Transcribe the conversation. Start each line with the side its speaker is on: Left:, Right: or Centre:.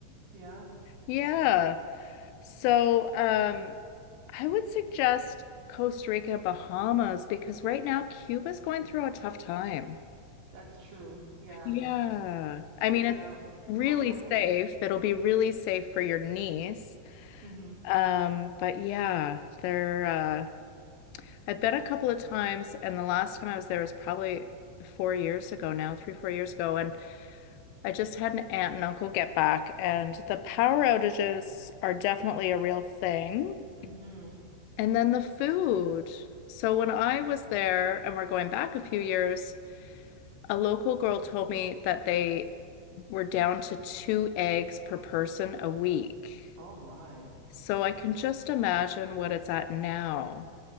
Right: Yeah,
Left: Yeah. So, um, I would suggest Costa Rica, Bahamas because right now Cuba's going through a tough time.
Right: that's true. Yeah.
Left: Yeah. I
Right: Yeah,
Left: mean, it's
Right: no.
Left: really
Right: Oh, sorry,
Left: safe.
Right: go ahead.
Left: It'll be really safe for your niece.
Right: Mm-hmm.
Left: Um, but yeah, they're uh I've been a couple of times and the last time I was there was probably four years ago now, three, four years ago, and I just had an aunt and uncle get back and the power outages are definitely a real thing.
Right: Mm-hmm.
Left: And then the food. So when I was there and we're going back a few years, a local girl told me that they We're down to two eggs per person a week.
Right: Oh my.
Left: So I can just imagine what it's at now.